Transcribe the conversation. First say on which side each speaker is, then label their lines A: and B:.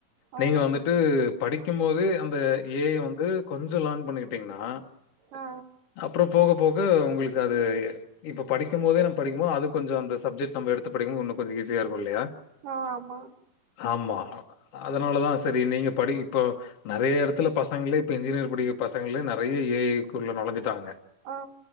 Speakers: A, on the right; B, on the left.
A: ஓ
B: நீங்க வந்துட்டு படிக்கும் போதே அந்த ஏ ஐ வந்து கொஞ்சம் லேர்ன் பண்ணிக்கிட்டீங்கன்னா
A: ஆ
B: அப்புறம் போக போக வந்து உங்களுக்கு அது இப்ப படிக்கும் போதே நம் படிக்கும் போது அது கொஞ்ச அந்த சப்ஜெக்ட் நம்ம எடுத்து படிக்கும் போது இன்னும் கொஞ்சம் ஈசியா இருக்கும் இல்லையா
A: ஆமா
B: ஆமா அதனால தான் சரி நீங்க படிக் இப்போ நிறைய இடத்துல பசங்களே இப்போ இன்ஜினியர் படிக்கிற பசங்களே நிறையா ஏஐகுள்ள நொழஞ்சுட்டாங்க
A: ஓ